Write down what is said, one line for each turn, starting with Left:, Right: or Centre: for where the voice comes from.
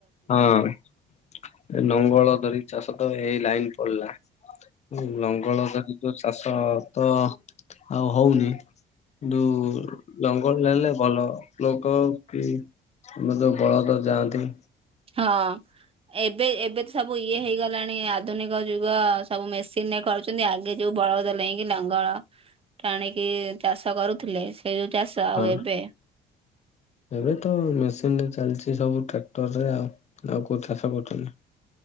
Left: ହଁ ଲଙ୍ଗଳ ଧରି ଚାଷ ତ ଏଇ ଲାଇନ୍ ପଳେଇଲା। ଲଙ୍ଗଳ ଧରି ଯୋଉ ଚାଷ ତ ଆଉ ହଉନି। କିନ୍ତୁ ଲଙ୍ଗଲ
Right: ହୁଁ
Left: ଟାଣିଲେ ଭଲ ଲୋକ କି ଆଉ ଯୋଉ ବଳଦ ଯାଆନ୍ତି
Right: ହଁ। ଏବେ ଏବେ ତ ସବୁ ଇଏ ହେଇଗଲାଣି ଆଧୁନିକ ଯୁଗ ସବୁ ମେସିନରେ କରୁ ଛନ୍ତି ଆଗେ ଯୋଉ ବଳଦ ନେଇକି ଲଙ୍ଗଳ ଟାଣିକି ଚାଷ କରୁଥିଲେ ସେ ଯୋଉ ଚାଷ ଆଉ
Left: ହଁ
Right: ଏବେ
Left: ଏବେ ତ ମେସିନରେ ଚାଲିଛି ସବୁ ଟ୍ରାକ୍ଟରରେ ଆଉ ଆଉ କୋଉ ଚାଷ କରୁଛନ୍ତି।